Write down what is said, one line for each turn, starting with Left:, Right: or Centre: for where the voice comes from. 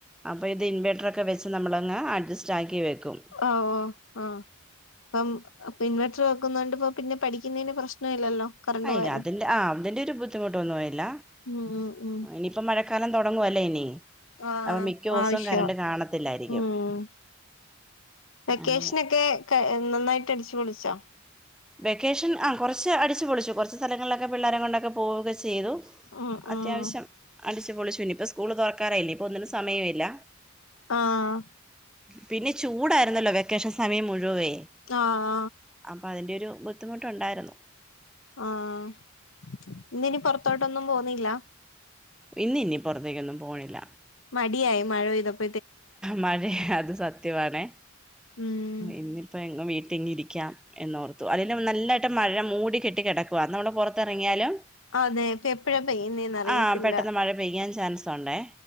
Centre: അപ്പോൾ ഇത് ഇൻവേർട്ടറൊക്കെ വെച്ച് നമ്മളങ്ങ് അഡ്ജസ്റ്റ് ആക്കി വെക്കും
Left: ഓ ഓ ആഹ് ഇപ്പം അപ്പം ഇൻവെർട്ടർ വെക്കുന്ന കൊണ്ട് ഇപ്പ പിന്നെ പഠിക്കുന്നതിന് പ്രശ്നം ഇല്ലല്ലോ. കറണ്ട്
Centre: അയില്ല
Left: പോയാലും
Centre: അതി ആഹ് അതിന്റെ ഒരു ബുദ്ധിമുട്ടൊന്നും ല്ല
Left: ഉം ഉം ഉം
Centre: ഇനിയിപ്പോ മഴക്കാലം തുടങ്ങുവല്ലേ ഇനി
Left: ആഹ്
Centre: അപ്പൊ മിക്ക ദിവസവും
Left: ആവശ്യവാ
Centre: കറണ്ട് കാണത്തില്ലായിരിക്കും
Left: ഉം വെക്കേഷനൊക്കെ
Centre: അങ്ങനെ
Left: ക നന്നായിട്ട് അടിച്ചു പൊളിച്ചോ
Centre: വെക്കേഷൻ ആഹ് കുറച്ച് അടിച്ച് പൊളിച്ചു കുറച്ച് സ്ഥലങ്ങളിലൊക്കെ പിള്ളോരെ കൊണ്ടൊക്കെ പോവുക്കെ ചെയ്തു.
Left: ഉം ഉം
Centre: അത്യാവശ്യം അടിച്ചു പൊളിച്ചു നി ഇപ്പ സ്കൂള് തുറക്കാറായില്ലേ ഇപ്പൊ ഒന്നിനും സമയം ഇല്ല.
Left: ആഹ്
Centre: പിന്നെ ചൂടായിരുന്നല്ലോ വെക്കേഷൻ സമയം മുഴുവേ
Left: ആഹ്
Centre: അപ്പൊ അതിന്റെ ഒരു ബുദ്ധിമുട്ടുണ്ടായിരുന്നു.
Left: ആഹ് ഇന്ന് ഇനി പൊറത്തോട്ടൊന്നും പോന്നില്ല?
Centre: ഇന്ന് ഇനി പുറത്തേക്കൊന്നും പോണില്ല.
Left: മടിയായി മഴ പെയ്ത
Centre: മഴ അത് സത്യമാണെ
Left: ഉം
Centre: ഇന്നിപ്പോ എങ്ങും വീട്ടിങ്ങ് ഇരിക്കാം. എന്നോർത്തു അതില് നല്ലായിട്ട് മഴ മൂടി കെട്ടി കിടക്കുവ നമ്മള് പുറത്തിറങ്ങിയാലും
Left: അതെ ഇപ്പ എപ്പഴാ പെയ്യുന്നേന്ന് അറിയത്തില്ല
Centre: ആഹ് പെട്ടെന്ന് മഴ പെയ്യാൻ ചാൻസ് സുണ്ടേ